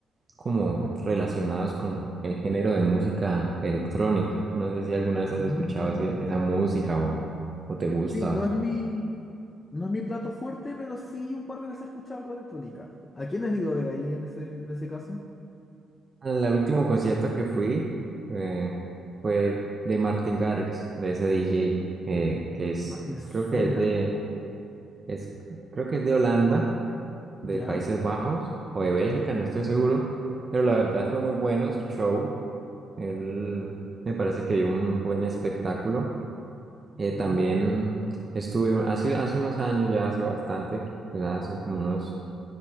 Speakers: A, on the right; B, on the left.
A: como relacionados con el género de música electrónica. No sé si alguna vez has
B: Mm.
A: escuchado ese- esa música o, o te gusta.
B: Sí, no
A: O...
B: es mi, no es mi plato fuerte, pero sí un par de veces he escuchado algo de electrónica. ¿A quién has ido a ver ahí en ese, en ese caso?
A: El último concierto que fui eh, fue de Martin Garrix, de ese DJ, eh, que es,
B: Ma- Me suena.
A: creo que es de, es, creo que es de Holanda,
B: ¿Ya?
A: de Países Bajos o de Bélgica, no estoy seguro, pero la verdad fue muy bueno su show. Él me parece que dio un buen espectáculo. Eh, también
B: Mm,
A: estuve un- hace, hace unos años, ya hace bastante, quizás hace como unos